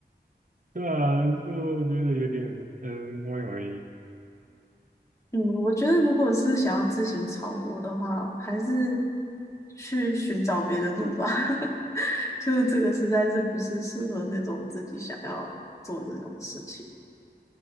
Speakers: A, on the right (about 45°); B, on the left (about 15°).
A: 对啊，就我觉得有点嗯，歪歪。
B: 嗯，我觉得如果是想要自行炒股的话，还是去寻找别的路吧。<laughs> 就是这个实在是不是适合那种自己想要做这种事情。